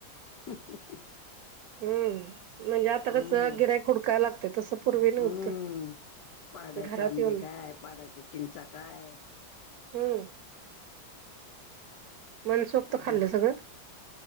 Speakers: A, on the left; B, on the right.
A: <inaudible>
B: हम्म म्हणजे. आता
A: हम्म
B: कस गिरायक व डकायला लागते. तसं पूर्वी नव्हतं
A: हम्म. पाडाचे
B: घरात
A: आंबे
B: येऊन
A: काय पाडाच्या चिंचा काय
B: हम्म मनसोक्त खाल्लं
A: गे
B: सगळं